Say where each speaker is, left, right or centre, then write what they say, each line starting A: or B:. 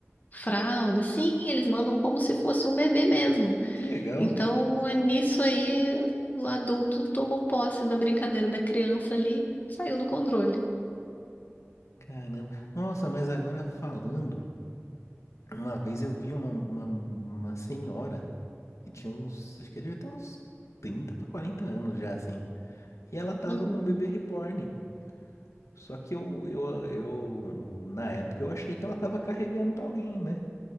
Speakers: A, on the left (about 35°); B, on the left (about 85°).
A: fralda, sim, eles mandam como se fosse um bebê mesmo.
B: que legal.
A: Então, é nisso aí, é- o adulto tomou posse da brincadeira da criança ali, saiu do controle.
B: Caramba. Nossa, mas agora falando, uma vez eu vi uma, uma, uma senhora que tinha uns, acho que ela devia ter uns 30 para 40 anos já, assim. E ela tava
A: Uhum.
B: com um bebê reborn. Só que eu, eu, eu, na época eu achei que ela tava carregando pra alguém, né?